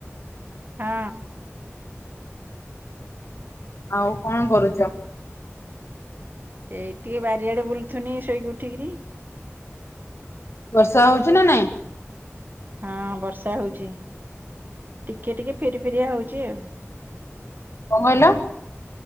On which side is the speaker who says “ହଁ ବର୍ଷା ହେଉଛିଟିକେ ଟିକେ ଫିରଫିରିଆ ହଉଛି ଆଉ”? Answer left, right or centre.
Right